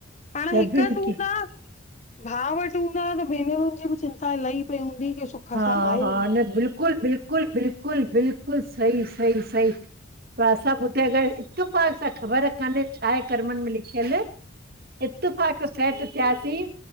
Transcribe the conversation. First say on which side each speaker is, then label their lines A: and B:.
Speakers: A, on the left (about 35°); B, on the right (about 50°).
A: पांण
B: सभिनि
A: हिक हंद हूंदा
B: खे
A: भाउ वटि हूंदा त भेनरुनि ॼी ॿि चिंता लही पई हूंदी के सुख
B: हा
A: सां आयो
B: हा न बिल्कुलु बिल्कुलु बिल्कुलु बिल्कुलु सही सही सही त असां ॿुधोआ अगरि इतफाक सां ख़बर कान्हे छा हे कर्मनि में लिखियल इतफ़ाक़ सेट थियासीं